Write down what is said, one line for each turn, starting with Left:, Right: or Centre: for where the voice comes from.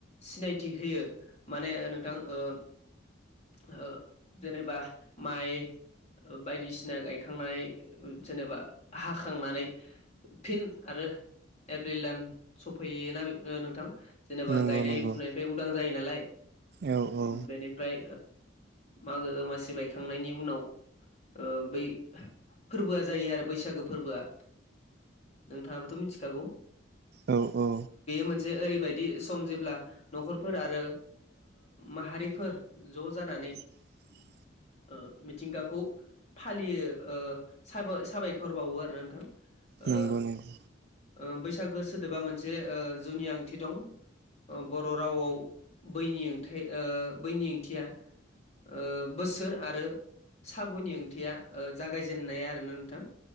Left: सिनायथि होयो माने नोंथां ओ ओ जेनेबा माइ ओ बायदिसिना गायखांनाय जेनेबा हा खांनानै फिन आरो एप्रिल दान सफैयोना नोंथां? जेनेबा
Right: नंगौ
Left: गायनाय
Right: नंगौ
Left: फुनायनिफ्राय उदां जायो नालाय
Right: औ औ
Left: बेनिफ्राय मागो दमासि बायखांनायनि उनाव ओ बै फोरबोआ जायो आरो बैसागो फोरबोया नोंथां आबो मिथिखागौ
Right: औ औ
Left: मोनसे ओरैबायदि सम जेब्ला न'खरफोर आरो माहारिफोर ज' जानानै
Right: <inaudible>
Left: ओ मिथिंगाखौ फालियो ओ साबा-साबायखर खर बावो आरो नोंथां ओ
Right: नंगौ नंगौ
Left: ओ बैसागो सोदोबा मोनसे जुनि ओंथि दं बर' रावआव बैनि बैनि ओंथिया ओ बोसोर आरो सागुनि ओंथिया जागायजेनन्नाया आरोना नोंथां